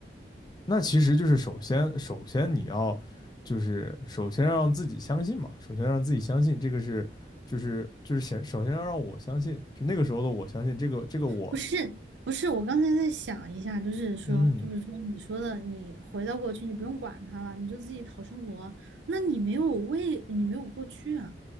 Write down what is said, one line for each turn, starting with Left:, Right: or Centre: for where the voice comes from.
Left: 那其实就是首先，首先你要就是首先要让自己相信嘛，首先让自己相信这个是就是就是先首先要让我相信，就那个时候的我相信这个这个我
Right: 不是不是，我刚才在想一下，就是说，
Left: 嗯，
Right: 就是说你说的，你回到过去，你不用管他了，你就自己讨生活。那你没有为，你没有过去啊，